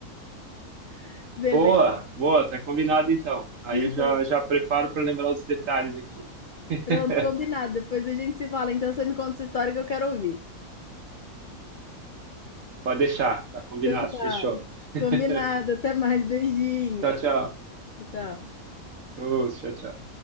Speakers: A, on the left; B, on the right.
A: <laughs> beleza?
B: Boa, boa, tá combinado então. Aí
A: Então,
B: eu já, já preparo para lembrar os detalhes aqui. <laughs>
A: pronto, combinado. Depois a gente se fala. Então, você me conta essa história que eu quero ouvir.
B: Pode deixar, tá combinado,
A: Então, tá,
B: fechou. <laughs>
A: combinado. Até mais, beijinho.
B: Tchau, tchau.
A: Tchau.
B: Ô, tchau, tchau.